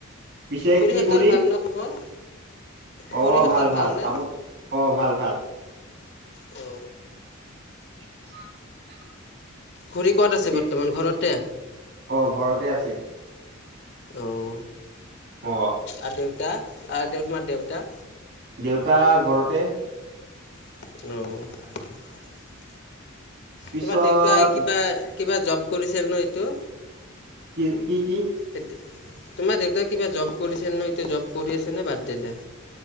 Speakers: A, on the right (about 55°); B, on the left (about 55°).
A: পিছে
B: খুৰীহঁতৰ
A: কি কলি
B: ভাল ন খবৰ খুৰীহঁতৰ
A: অ ভাল ভাল
B: ভালনে
A: আপো অ ভাল ভাল।
B: অ।
A: <inaudible>
B: খুৰি কত আছে
A: পি
B: বৰ্তমান ঘৰতে।
A: অ ঘৰতে আছে।
B: অহ।
A: অ
B: আৰু দেউতা। আৰু তোমাৰ দেউতা।
A: দেউতা ঘৰতে
B: আহ।
A: পিছত
B: তোমাৰ দেউতাই কিবা কিবা জব কৰিছে ন এইটো
A: কি কি কি?
B: এতিয়া তোমাৰ দেউতাই কিবা জব কৰিছে ন এতিয়া জব কৰি আছে নে বাদ দিলে।